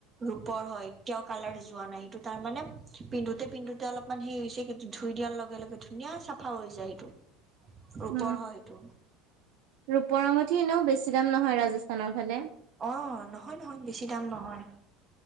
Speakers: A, on the right; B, on the right.
A: ৰূপ হয় এতিয়াও কালাৰ যোৱা নাই সেইটো তাৰ মানে পিন্ধোতে পিন্ধোতে অলপ হে হৈছে ধুই দিয়া। লগে লগে ধুনীয়া চাফা হৈ যায় সেইটো। ৰূপৰ
B: উম
A: হয় সেইটো
B: ৰূপৰ আঙঠি এনেও বেছি দাম নহয় ৰাজস্থানৰ ফালে।
A: অ নহয় নহয় বেছি দাম নহয়